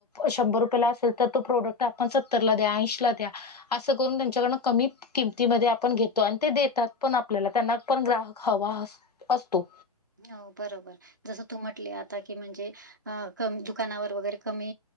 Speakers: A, on the left (about 80°); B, on the right (about 30°).
A: शंभर रुपयेला असेल तर तो प्रोडक्ट आपण सत्तरला द्या ऐंशी ला द्या असं करून त्यांच्याकडनं कमी किमतीमध्ये आपण घेतो आणि ते देतात पण आपल्याला त्यांना पण ग्राहक हवा अ असतो.
B: हो बरोबर जसं तू म्हटले आता की म्हणजे अ क दुकानावर वगैरे कमी